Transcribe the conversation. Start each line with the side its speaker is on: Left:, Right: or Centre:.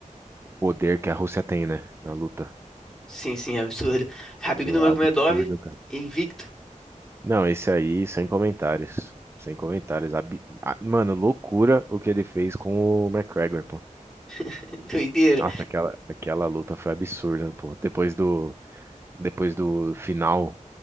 Right: o poder que a Rússia tem, né, na luta.
Centre: Sim, sim, é absurdo. Khabib
Right: Pô,
Centre: Nurmagomedov,
Right: absurdo,
Centre: invicto,
Right: Não, esse aí, sem comentários. Sem comentários. Ab- a- Mano, loucura o que ele fez com o McGregor, pô.
Centre: <laughs> doideira.
Right: Nossa, aquela, aquela luta foi absurda, pô. Depois do, depois do final,